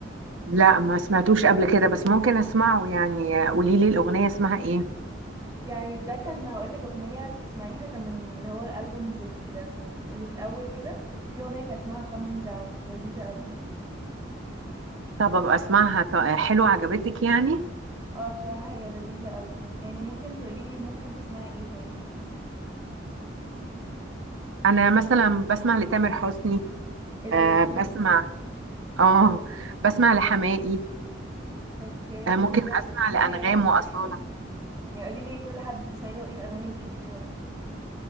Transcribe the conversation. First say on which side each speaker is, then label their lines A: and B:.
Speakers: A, on the right (about 80°); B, on the right (about 20°).
A: لا ما سمعتوش قبل كده بس ممكن اسمعه يعني قولي لي الاغنيه اسمها ايه
B: يعني ده كان هقولك اغنية تسمعيها كان من اللي هو الألبومز ال- اللي في الأول كده في اغنية كان اسمها coming down لذيذة قوي
A: طب ابقى اسمعها ط- حلوه عجبتك يعني
B: اه بصراحة هي لذيذة قوي يعني ممكن تقوليلي ممكن تسمعي ايه طيب؟
A: انا مثلا بسمع لتامر حسني
B: ايه ده
A: آه
B: لذيذ
A: بسمع
B: ده
A: اه بسمع لحماقي
B: اوكي
A: آه
B: طب
A: ممكن اسمع
B: بتسمعي
A: لانغام
B: اغاني ايه؟
A: واصاله
B: يعني قولي لي كل حد بتسمعي له ايه الاغاني اللي بتحبيها وكده